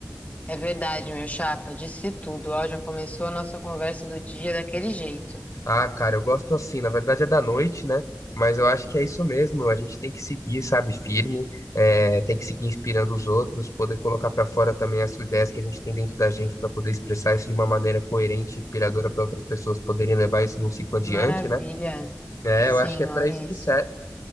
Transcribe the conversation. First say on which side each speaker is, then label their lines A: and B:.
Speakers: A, on the left (about 25°); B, on the left (about 85°).
A: É verdade, meu chapa. Disse tudo. Ó, já começou a nossa conversa do dia daquele jeito.
B: Ah, cara, eu gosto assim. Na verdade é da noite, né? Mas eu acho que é isso mesmo. A gente tem que seguir, sabe, firme, é, tem que seguir inspirando os outros, poder colocar pra fora também as ideias que a gente tem dentro da gente pra poder expressar isso de uma maneira coerente, inspiradora pra outras pessoas poderem levar isso num ciclo adiante,
A: Que maravilha.
B: né? É,
A: Sim,
B: eu acho que é
A: Maurício.
B: para isso que serve.